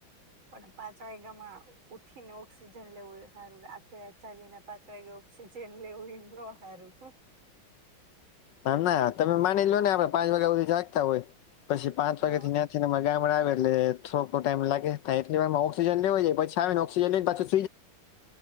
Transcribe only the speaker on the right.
પણ પાંચ વાયગામાં ઉઠી ને ઓક્સિજન લેવું સારું આખી વા જાગીને પાંચ વાગે ઓક્સિજન લેવું હોય ન સારું
હા